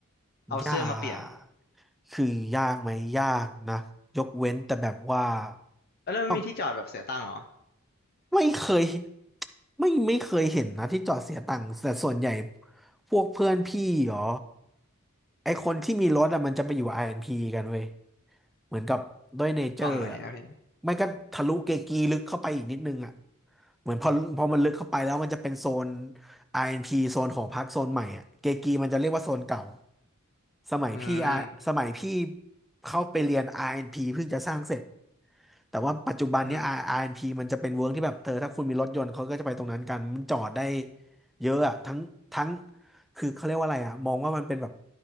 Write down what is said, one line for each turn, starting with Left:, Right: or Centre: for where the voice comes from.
Left: เอาเสื้อมาเปลี่ยน
Centre: ยากคือยากไหมยากนะยกเว้นแต่แบบว่า
Left: เอ้ยแล้วมันมีที่จอดแบบเสียตังค์เหรอ
Centre: ต้อง ไม่เคยไม่ไม่เคยเห็นนะที่จอดเสียตังค์แต่ส่วนใหญ่พวกเพื่อนพี่เหรอไอคนที่มีรถอะมันจะไปอยู่อาร์แอนด์พ p กันเว้ยเหมือนกับด้วยเนเจอร์อะ
Left: ฝั่งไหนนะพี่
Centre: ไม่ก็ทะลุเกกีลึกเข้าไปอีกนิดนึงอะเหมือนพอพอมันลึกเข้าไปแล้วมันจะเป็นโซน RNP โซนของพรรคโซนใหม่อะเกกีมันจะเรียกว่าโซนเก่าสมัยพี่อาสมัยพี่
Left: อืม
Centre: เข้าไปเรียน RNP เอ็นพเพิ่งจะสร้างเสร็จแต่ว่าปัจจุบันเนี้ย
Left: อืม
Centre: R- น n p มันจะเป็นเวิร์กที่แบบเธอถ้าคุณมีรถยนต์เขาก็จะไปตรงนั้นกันมันจอดได้เยอะอะทั้งทั้งคือเขาเรียกว่าอะไรอะมองว่ามันเป็นแบบ